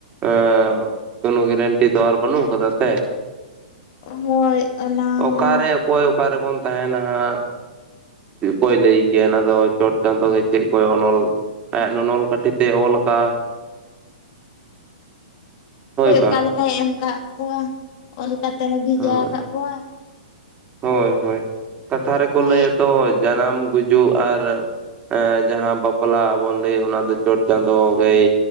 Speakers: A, on the right; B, on the left.
A: ᱮᱸ ᱠᱳᱱᱳ ᱜᱟᱹᱨᱮᱱᱴᱤ ᱫᱚ ᱟᱨ ᱵᱟᱹᱱᱩ ᱟᱠᱟᱫᱟ ᱥᱮ
B: ᱦᱳᱭ ᱚᱱᱟ
A: ᱚᱠᱟᱨᱮ
B: ᱦᱚᱸ
A: ᱚᱠᱚᱭ ᱚᱠᱟ ᱨᱮᱵᱚᱱ ᱛᱟᱦᱮᱸ ᱱᱟᱦᱟᱜ ᱚᱠᱚᱭ ᱞᱟᱹᱭ ᱠᱮᱭᱟ ᱚᱱᱟ ᱫᱚ ᱪᱚᱴ ᱪᱟᱸᱫᱳ ᱜᱮ ᱪᱮᱫ ᱠᱚᱭ ᱚᱱᱚᱞ ᱟᱭᱟᱜ ᱱᱚᱱᱚᱞ ᱠᱟᱹᱴᱷᱤ ᱛᱮ ᱚᱞ ᱟᱠᱟᱼᱟ
B: <inaudible>
A: ᱦᱳᱭ
B: ᱚᱠᱚᱭ
A: ᱵᱟᱝ
B: ᱚᱠᱟ ᱞᱮᱠᱟᱭ ᱮᱢ ᱠᱟᱜ ᱠᱚᱣᱟ, ᱚᱞ ᱠᱟᱛᱮ ᱵᱷᱮᱡᱟ
A: ᱦᱳᱭ
B: ᱠᱟᱜ ᱠᱚᱣᱟ᱾
A: ᱦᱳᱭ ᱦᱳᱭ ᱠᱟᱛᱷᱟ ᱨᱮᱠᱚ
B: ᱦᱳᱭ
A: ᱞᱟᱹᱭᱟ ᱛᱚ ᱡᱟᱱᱟᱢ ᱜᱩᱡᱩᱜ ᱟᱨ ᱮᱸ ᱡᱟᱦᱟᱸ ᱵᱟᱯᱞᱟ ᱵᱚᱱ ᱞᱟᱹᱭ ᱚᱱᱟ ᱫᱚ ᱪᱚᱴ ᱪᱟᱸᱫᱳ ᱜᱮᱭ